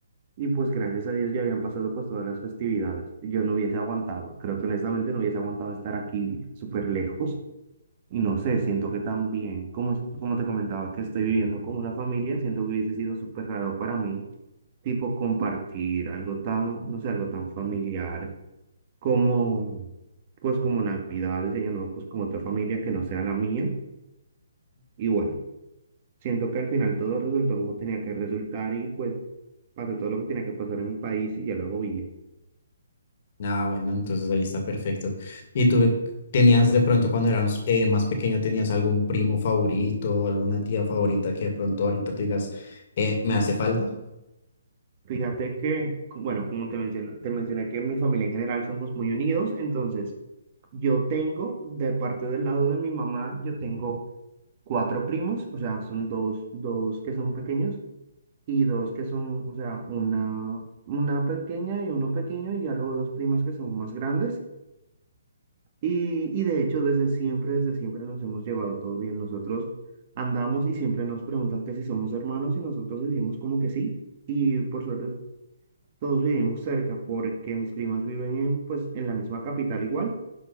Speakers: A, on the right; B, on the left.
A: Y pues gracias a Dios ya habían pasado pues todas las festividades. Yo no hubiese aguantado, creo que honestamente no hubiese aguantado estar aquí súper lejos. Y no sé, siento que también, como, es- como te comentaba, que estoy viviendo con una familia, siento que hubiese sido súper raro para mí, tipo compartir algo tan, no sé, algo tan familiar como, pues como Navidades, Año Nuevo, pues con otra familia que no sea la mía. Y bueno, siento que al final todo resultó como tenía que resultar y pues pasé todo lo que tenía que pasar en mi país y ya luego vine.
B: Ah, bueno, entonces ahí está perfecto. ¿Y tú tenías de pronto cuando eras eh, más pequeño, tenías algún primo favorito o alguna tía favorita que de pronto ahorita tú digas, eh, ¿me hace falta?
A: Fíjate que, bueno, como te mencioné, te mencioné que en mi familia en general somos muy unidos, entonces yo tengo, de parte del lado de mi mamá, yo tengo cuatro primos, o sea, son dos, dos que son pequeños y dos que son, o sea, una, una pequeña y uno pequeño y ya luego dos primas que son más grandes. Y, y de hecho, desde siempre, desde siempre nos hemos llevado todo bien. Nosotros andamos y siempre nos preguntan que si somos hermanos y nosotros decimos como que sí. Y por suerte todos vivimos cerca porque mis primas viven en, pues, en la misma capital igual